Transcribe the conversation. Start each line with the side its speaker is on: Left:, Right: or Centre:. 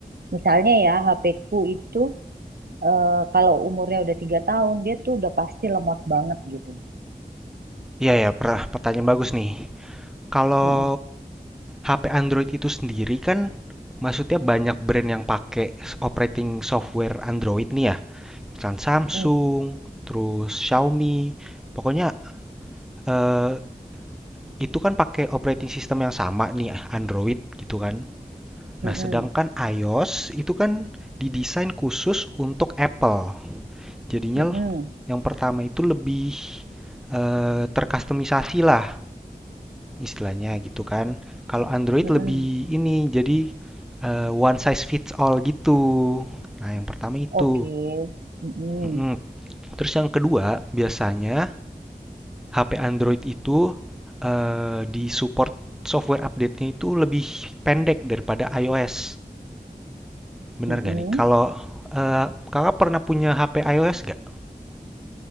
Right: Misalnya ya, HP-ku itu eh, kalau umurnya udah tiga tahun dia tuh udah pasti lemot banget gitu.
Centre: Iya, ya, pertanyaan bagus nih. Kalau
Right: Mm-mm,
Centre: HP Android itu sendiri kan maksudnya banyak brand yang pakai operating software Android nih ya. Misalkan Samsung,
Right: mm-mm,
Centre: terus Xiaomi. Pokoknya eh, itu kan pakai operating system yang sama nih Android gitu kan.
Right: mm-mm,
Centre: Nah, sedangkan iOS itu kan didesain khusus untuk Apple. Jadinya
Right: mm-mm,
Centre: yang pertama itu lebih eh, terkustomisasi lah istilahnya gitu kan. Kalau Android
Right: mm-mm.
Centre: lebih ini jadi eh, one size fits all gitu. Nah, yang pertama itu.
Right: Oke. Mm-mm,
Centre: Mm-mm. Terus yang kedua, biasanya HP Android itu eh, di support software update-nya itu lebih pendek daripada iOS. Bener
Right: mm-mm.
Centre: gak nih? Kalau eh, kakak pernah punya HP iOS gak?